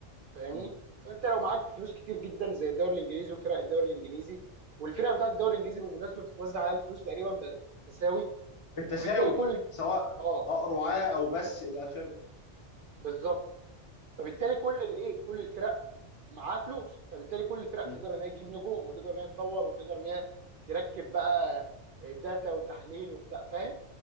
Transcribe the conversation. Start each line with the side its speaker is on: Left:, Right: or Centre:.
Right: فاهمني
Left: مم.
Right: فانت لو معاك فلوس كتير جدا زي الدوري الانجليزي وفرق الدوري الانجليزي والفرق بتاعت الدوري الانجليزي بالمناسبه بتتوزع على الفلوس تقريبا ب- تساوي
Left: بالتساوي
Right: فبالتالي كل
Left: سواء
Right: اه
Left: رعاة او بس الى اخره
Right: بالظبط فبالتالي كل الايه كل الفرق معاها فلوس فبالتالي كل الفرق
Left: مم.
Right: تقدر ان هي تجيب نجوم وتقدر ان هي تطور وتقدر ان هي تركب بقى داتا وتحليل وبتاع فاهم